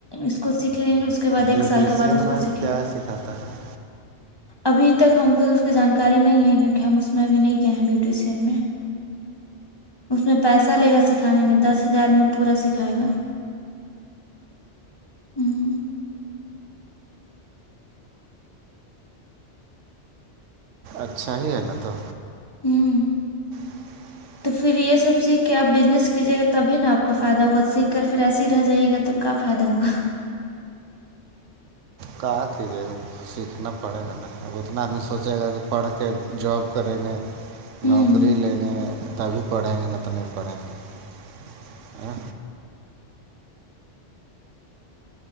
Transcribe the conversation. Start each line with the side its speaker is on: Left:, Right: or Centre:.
Left: اس کو سیکھ لیں گے اس کے بعد ایک
Right: بیوٹیشین
Left: سال کے بعد اس
Right: میں
Left: کو سیکھیں
Right: کیا
Left: گے۔
Right: سکھاتا ہے
Left: ابھی تک ہم کو تو اس کی جانکاری نہیں ہے کیونکہ ہم اس میں ابھی نہیں گئے ہیں بیوٹی سین میں اس میں پیسہ لے گا س سکھانے میں دس ہزار میں پورا سکھائے گا ہ
Right: اچھا ہی ہے نا تو
Left: ہوں
Right: <inaudible>
Left: تو پھر یہ سب سیکھ کے آپ بزنس کیجیے گا تبھی نا آپ کو فائدہ ہوگا سیکھ کر پھر ایس ہی رہ جائی گا تو کا فائدہ ہوگا
Right: کہک جے گا سیکھنا پڑے گا نا اب اتنا آدمی سوچے گا کہ پڑھ کے جاب کریں گے
Left: ہوں
Right: نوکری لیں گے تبھی پڑھیں گے نہ تو نہیں پڑھیں گے ا